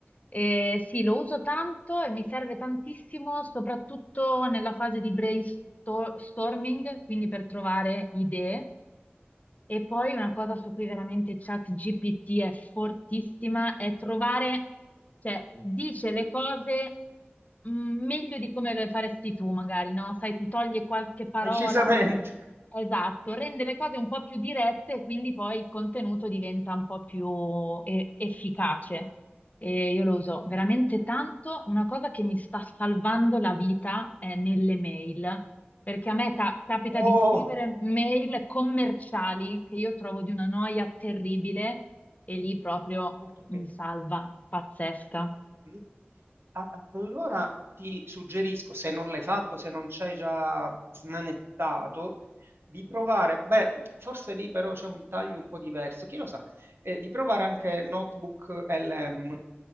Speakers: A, on the left (about 40°); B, on the right (about 65°).
A: E sì, lo uso tanto e mi serve tantissimo, soprattutto nella fase di brainstorming, quindi per trovare idee. E poi una cosa su cui veramente ChatGPT è fortissima è trovare, cioè dice le cose mh, meglio di come le faresti tu, magari, no? Sai, ti toglie qualche parola.
B: Decisamente.
A: al-
B: <laughs>
A: Esatto, rende le cose un po' più dirette e quindi poi il contenuto diventa un po' più eh, efficace. E io lo uso veramente tanto. Una cosa che mi sta salvando la vita è nelle mail, perché a me ca- capita
B: Oh.
A: di scrivere mail commerciali che io trovo di una noia terribile e lì proprio
B: Altro che.
A: mi salva, pazzesca.
B: Mh. A a allora ti suggerisco, se non l'hai fatto, se non c'hai già smanettato, di provare beh, forse lì però c'è un taglio un po' diverso, chi lo sa, ehm, di provare anche Notebook LM.